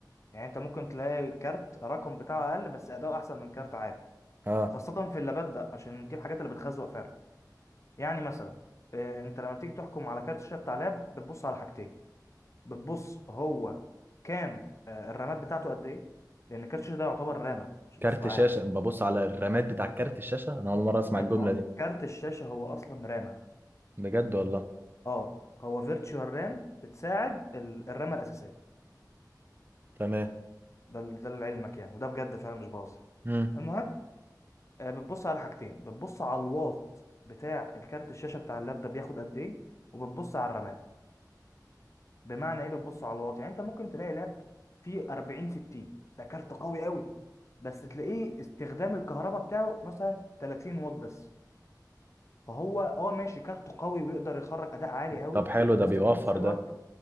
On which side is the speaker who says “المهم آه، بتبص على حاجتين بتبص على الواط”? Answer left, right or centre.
Left